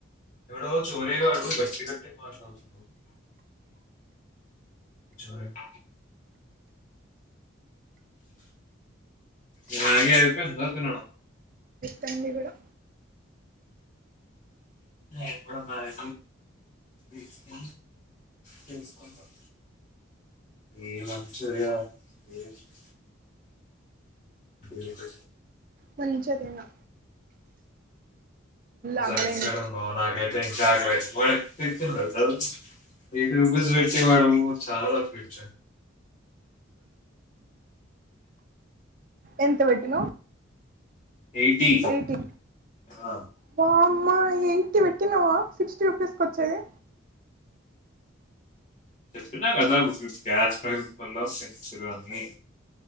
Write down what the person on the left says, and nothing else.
ఎవడో చొరేగాడు గట్టి గట్టిగా మాట్లాడుతు జరక్ ఇందాకే అయిపోయిందా తినడం
ఎక్కడున్నావ్ తెలుసుకో తెలుసుకుంటాం ఏం వచ్చాయో ఏంటి నీకు
సాక్స్టైడ్
ఉన్నావు నాకైతే ఇంకా ఆకలావుతుంది ఏటీ రూపీస్ పెడితే మేడమ్ చాలా బాగా బోళ్ల సౌండ్
ఎయిటీ
ఆ,
చెప్పినా కదా మీ గ్యాస్ పైల పెంచరు అని